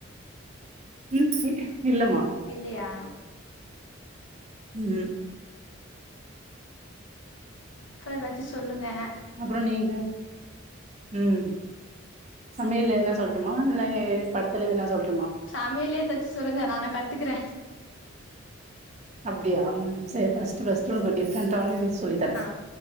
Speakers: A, on the right (about 35°); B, on the left (about 65°).
A: ம் சி இல்லமா
B: இல்லையா
A: ம்
B: அப்றோ எதாச்சி சொல்லுங்க
A: அப்புறோ நீங்க ம் சமையல்ல எதுனா சொல்ட்டுமா இல்லே படத்துல எதுனா சொல்ட்
B: சமையல்லே எதாச்சு சொல்லுங்க நானா கத்துக்குற
A: அப்டியா ம் செர் ஃபஸ்ட்டு ஃபஸ்ட்டு உங்களுக் டிஃப்ரெண்டான இது சொல்லித்தர
B: ஆ